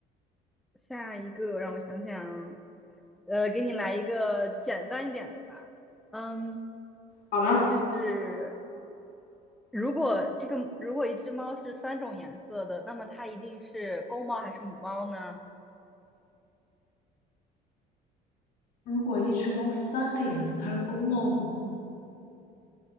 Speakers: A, in the centre; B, on the left.
A: 下一个让我想想，呃，给你来一个简单一点的吧。嗯，
B: 好的。
A: 就是如果这个如果一只猫是三种颜色的，那么它一定是公猫还是母猫呢？
B: 如果一只猫三个颜色，它是公猫母猫。